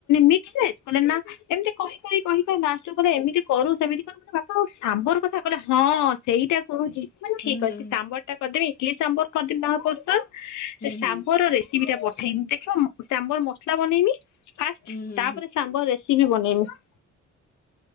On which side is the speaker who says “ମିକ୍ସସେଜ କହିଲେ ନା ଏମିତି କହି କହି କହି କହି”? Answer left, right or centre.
Left